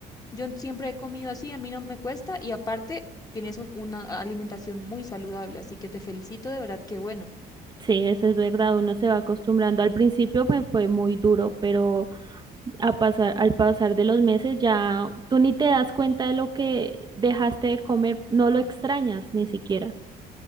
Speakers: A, on the left (about 20°); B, on the right (about 25°).
A: Yo siempre he comido así, a mí no me cuesta y aparte tienes un- una alimentación muy saludable, así que te felicito, de verdad que bueno.
B: sí, eso es verdad, uno se va acostumbrando. Al principio me fue muy duro, pero... a pasar, al pasar de los meses ya tú ni te das cuenta de lo que dejaste de comer, no lo extrañas ni siquiera.